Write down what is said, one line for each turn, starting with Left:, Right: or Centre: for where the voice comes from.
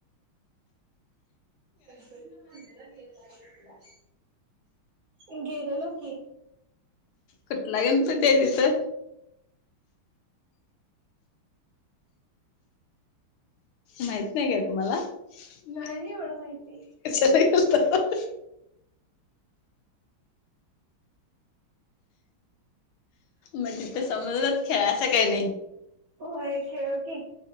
Right: गणपतीच्या मंदिरात <unintelligible> गेलेलो की
Left: कुठला गणपती आहे तिथं माहित नाही काय तुम्हाला? नाही
Right: एवढं
Left: हो
Right: माहिती
Left: <unintelligible>
Right: <unintelligible>
Left: मग तिथं समुद्रात खेळायचं काय नाही?
Right: होय खेळलो की